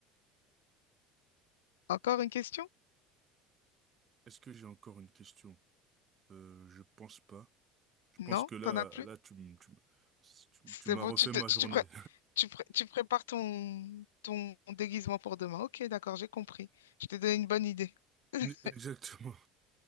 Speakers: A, on the left; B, on the right.
A: Encore une question?
B: Est-ce que j'ai encore une question? Euh, je pense pas. Je
A: Non,
B: pense que là,
A: t'en as plus?
B: là, tu, m- tu, m- tu,
A: C'est
B: tu m'as
A: bon,
B: refait
A: tu, te-
B: ma
A: tu,
B: journée.
A: tu, pré- tu, pré- tu prépares ton, ton déguisement pour demain. Ok, d'accord, j'ai compris. Je t'ai donné une bonne idée. <laughs>
B: <laughs> Exactement.